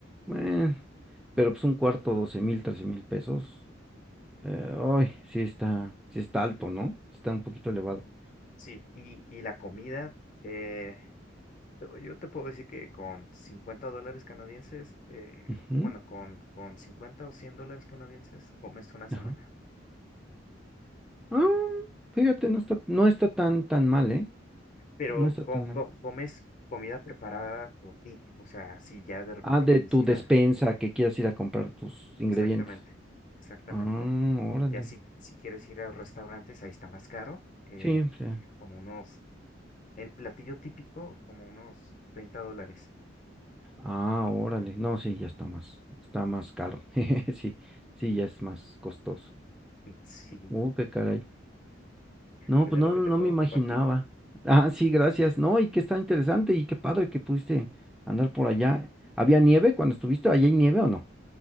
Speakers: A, in the centre; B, on the left (about 45°).
A: Bueno, pero pues un cuarto, doce mil, trece mil pesos. eh, ay, sí está, sí está alto, ¿no? Está un poquito elevado.
B: Sí, y, y la comida, eh, yo yo te puedo decir que con 50 dólares canadienses, eh,
A: Ujú,
B: bueno, con, con 50 o 100 dólares canadienses, comes una semana.
A: ajá. Ah, fíjate, no está, no está tan, tan mal, ¿eh?
B: Pero
A: No está
B: co-
A: tan mal.
B: co- comes comida preparada por ti. O sea, si ya de repente
A: Ah, de
B: quieres
A: tu
B: ir
A: despensa
B: a...
A: que quieras ir a comprar tus ingredientes.
B: Exactamente, exactamente.
A: Ah, órale.
B: Ya si, si quieres ir a restaurantes, ahí está más caro, eh,
A: Sí, o sea,
B: como unos, el platillo típico, como unos 30 dólares.
A: Ah, órale. No, sí, ya está más, está más caro. <laughs> Sí, sí, ya
B: <laughs>
A: es más costoso.
B: Sí,
A: Uh, qué caray. No,
B: pues
A: pues
B: es
A: no,
B: lo que
A: no
B: te puedo
A: me imaginaba.
B: compartir.
A: Ah, sí, gracias. No, y que está interesante y qué padre que pudiste andar por allá. ¿Había nieve cuando estuviste? ¿Allá hay nieve o no?